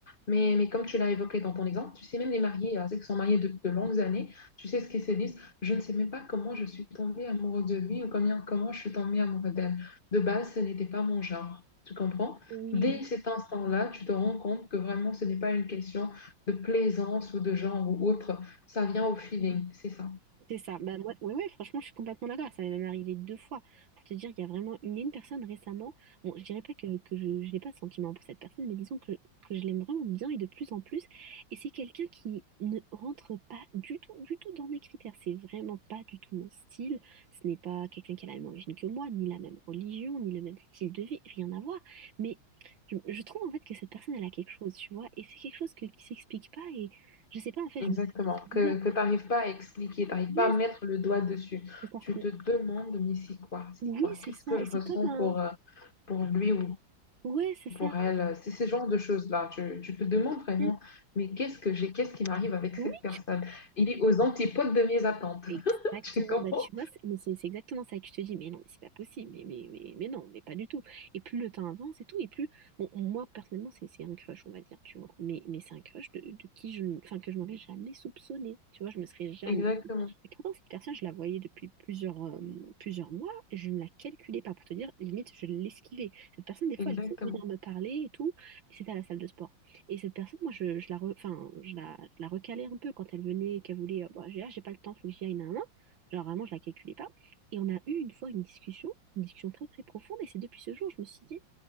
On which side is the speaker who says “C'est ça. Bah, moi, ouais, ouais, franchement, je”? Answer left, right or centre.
Right